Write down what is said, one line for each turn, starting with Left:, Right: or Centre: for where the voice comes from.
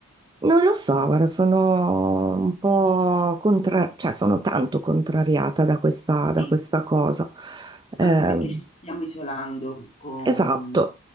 Right: Non lo so, guarda, sono un po' contra... cioè sono tanto contrariata da questa, da
Left: Sì.
Right: questa cosa. Ehm,
Left: Anche perché ci stiamo isolando con
Right: Esatto,